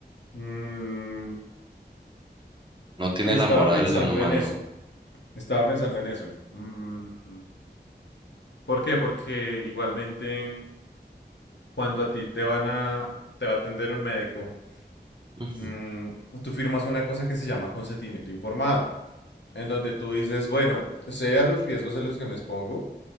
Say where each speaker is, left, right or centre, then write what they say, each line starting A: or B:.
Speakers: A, on the left; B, on the right.
A: Mm,
B: no tiene
A: estaba
B: la moral
A: pensando
B: de un humano.
A: en eso. Estaba pensando en eso. Mm, ¿por qué? Porque igualmente cuando a ti te van a, te va a atender un médico,
B: Ujú,
A: mm, tú firmas una cosa que se llama consentimiento informado, en donde tú dices, bueno, sé a los riesgos a los que me expongo